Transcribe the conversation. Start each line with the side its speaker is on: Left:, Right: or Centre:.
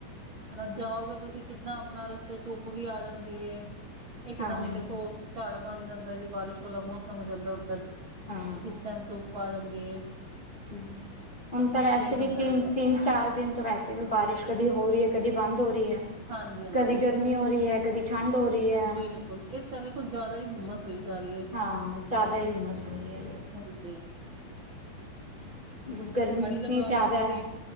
Right: ਹਨਾ ਜਾਓਗੇ ਤੁਸੀਂ ਕਿੱਦਾਂ ਆਪਣਾ ਰਸਤੇ ਧੁੱਪ ਵੀ ਆ ਜਾਂਦੀ ਏ, ਇਕਦਮ
Left: ਹਾਂ
Right: ਈ ਦੇਖੋ। ਝਾੜ ਬਣ ਜਾਂਦਾ ਜੀ ਬਾਰਿਸ਼ ਵਾਲਾ ਮੌਸਮ ਹੋ ਜਾਂਦਾ ਉੱਧਰ, ਕਿਸ
Left: ਹਾਂ
Right: ਟੈਮ ਧੁੱਪ ਆ ਜਾਂਦੀ ਐ।
Left: ਹਮ, ਹੁਣ ਤਾਂ ਵੈਸੇ ਵੀ
Right: ਹੁੰਦਾ
Left: ਤਿੰਨ-ਤਿੰਨ,
Right: ਰਹਿੰਦਾ
Left: ਚਾਰ ਦਿਨ ਤੋਂ ਵੈਸੇ ਵੀ ਬਾਰਿਸ਼ ਕਦੀ ਹੋ ਰਈ ਐ ਕਦੀ ਬੰਦ ਹੋ ਰਈ ਐ,
Right: ਹਾਂਜੀ ਹਾਂਜੀ
Left: ਕਦੀ ਗਰਮੀ ਹੋ ਰਈ ਐ, ਕਦੀ ਠੰਡ ਹੋ ਰਈ ਐ।
Right: ਬਿਲਕੁਲ ਇਸ ਕਰਕੇ, ਕੁੱਝ ਜ਼ਿਆਦਾ ਈ ਹੁੰਮਸ ਹੋਈ ਜਾ ਰਈ ਐ।
Left: ਹਾਂ, ਜ਼ਿਆਦਾ ਈ ਹੁੰਮਸ ਹੋ ਰਈ ਐ।
Right: ਹਾਂਜੀ। <unintelligible>
Left: ਹੈ ਗਰਮੀ ਇਤਨੀ
Right: ਲਗਾ
Left: ਜ਼ਿਆਦਾ
Right: ਲੋ ਤੁਸੀਂ,